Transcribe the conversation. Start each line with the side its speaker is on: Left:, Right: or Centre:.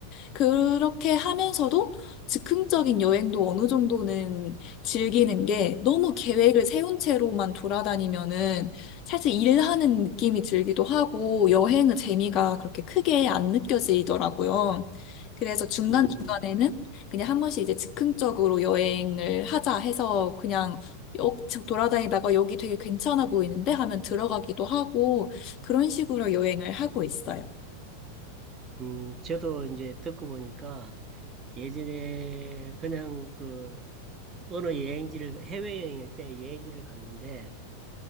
Left: 그렇게 하면서도 즉흥적인 여행도 어느 정도는 즐기는 게 너무 계획을 세운 채로만 돌아다니면은 사실 일하는 느낌이 들기도 하고 여행의 재미가 그렇게 크게 안 느껴지더라고요. 그래서 중간중간에는
Right: 음,
Left: 그냥 한 번씩 이제 즉흥적으로 여행을 하자 해서 그냥 여- 돌아다니다가 여기 되게 괜찮아 보이는데 하면 들어가기도 하고 그런 식으로 여행을 하고 있어요.
Right: 음, 저도 이제 듣고 보니까 예전에 그냥 그 어느 여행지를, 해외여행일 때 여행지를 갔는데